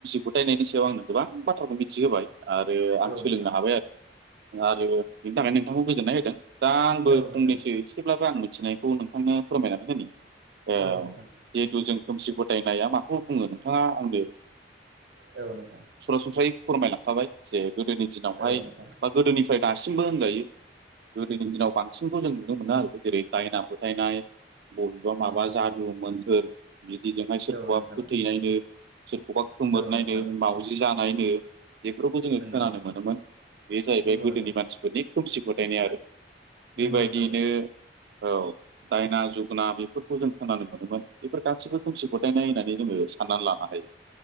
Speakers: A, on the right; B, on the right.
A: फोथायनायनि सायाव आंनो गोबां बाथ्राखौ मिथिहोबाय आरो आं
B: औ
A: सोलोंनो
B: नोंथां
A: हाबाय आरो आरो बेनि थाखाय नोंथांखौ गोजोननाय होदों दा आंबो
B: औ
A: फंनैसो
B: नोंथां
A: एसेब्लाबो आं मिथिनाय खौ नोंथांनो फोरमायनानै होनो ओ
B: औ नोंथां
A: जिहेथु जों खोमसि फोथायनाया माखौ बुङो नोंथाङा आंनो
B: औ नोंथां औ नोंथां
A: सरासनस्रायै फोरमायलांखाबाय जे गोदोनि दिनावहाय
B: औ नोंथां
A: बा गोदोनिफ्राय दासिमबो होनजायो गोदोनि दिनाव बांसिनखौ जों नुनो मोनो आरो जेरै दायना फोथायनाय बबेबा माबा जादु मोनथोर बिदिजोंहाय सोरखौबा
B: औ नोंथां
A: फोथैनायनो, सोरखौबा खोमोरनायनो,
B: औ नोंथां
A: मावउजि जानायनो बेफोरखौ जोङो
B: नंगौ
A: खोनानो
B: नोंथां
A: मोनोमोन बे जाहैबाय
B: नंगौ
A: गोदोनि
B: नोंथां
A: मानसिफोरनि खोमसि फोथायनाय आरो।
B: नंगौ
A: बेबायदियैनो
B: नोंथां नंगौ
A: औ। दायना जुोगना बेफोरखौ जों खोनानो मोनोमोन बेफोर गासैबो खोमसि फोथायनाय होननानै जोङो साननानै लानो हायो।